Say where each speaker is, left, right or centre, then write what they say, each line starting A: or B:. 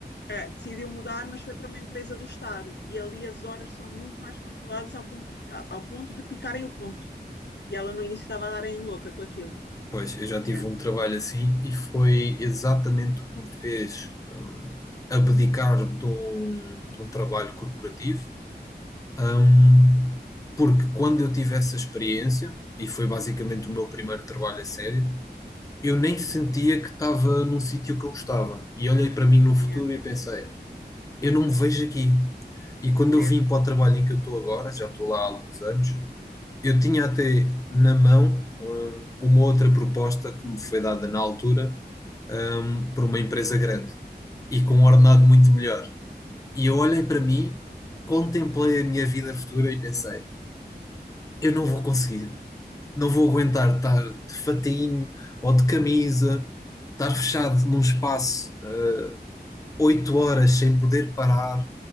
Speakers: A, on the left; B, on the left.
A: eh, decidiu mudar, mas foi para uma empresa do Estado e ali as horas são muito mais controladas ao ponto, a- ao ponto de picarem o ponto. E ela no início estava a dar em louca com aquilo.
B: Pois, eu já tive
A: Yeah,
B: um trabalho assim e foi exatamente o que me fez abdicar de um, de um trabalho corporativo Ahm, porque quando eu tive essa experiência, e foi basicamente o meu primeiro trabalho a sério, eu nem
A: sim,
B: sentia que estava num sítio que eu gostava. E olhei para mim no futuro
A: yeah,
B: e pensei, eu não me vejo aqui. E quando
A: mesmo.
B: eu vim para o trabalho em que eu estou agora, já estou lá há alguns anos, eu tinha até na mão, hum, uma outra proposta que me foi dada na altura, hum, por uma empresa grande e com um ordenado muito melhor. E eu olhei para mim, contemplei a minha vida futura e pensei eu não vou conseguir. Não vou aguentar estar de fatainho ou de camisa, estar fechado num espaço eh, oito horas sem poder parar,